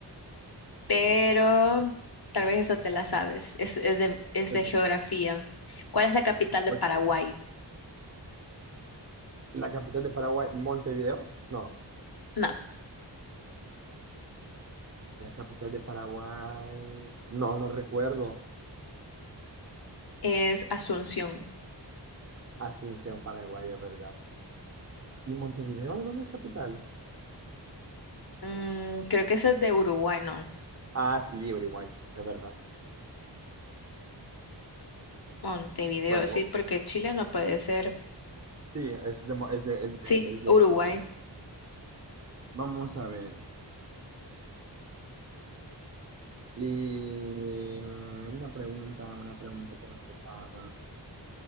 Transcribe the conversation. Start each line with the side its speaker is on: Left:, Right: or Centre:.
Left: pero tal vez esta te la sabes, es, es de, es
Right: Ok,
Left: de geografía. ¿Cuál es la capital de
Right: ok.
Left: Paraguay?
Right: ¿La capital de Paraguay, Montevideo? No.
Left: No,
Right: La capital de Paraguay. No, no recuerdo.
Left: es Asunción.
Right: Asunción, Paraguay, es verdad. ¿Y Montevideo de dónde es capital?
Left: Mm, creo que esa es de Uruguay, no.
Right: Ah, sí, Uruguay, es verdad.
Left: Montevideo,
Right: Bueno,
Left: sí,
Right: bo-
Left: porque Chile no puede ser.
Right: sí, es de, Mo- es de, es de,
Left: Sí,
Right: es de
Left: Uruguay.
Right: Uruguay. Vamos a ver. Y mm, una pregunta, una pregunta que no sea tan,